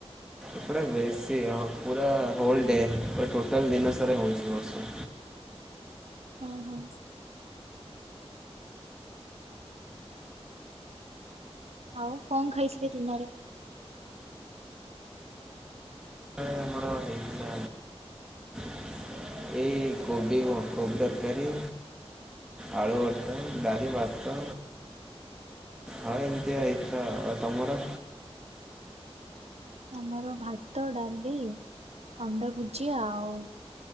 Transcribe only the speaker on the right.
ହୁଁ, ହୁଁ। ଆଉ କଣ ଖାଇଥିଲେ ଦିନରେ?
ଆମର ଭାତ, ଡାଲି, ଅଣ୍ଡା ଭୁଜିଆ ଆଉ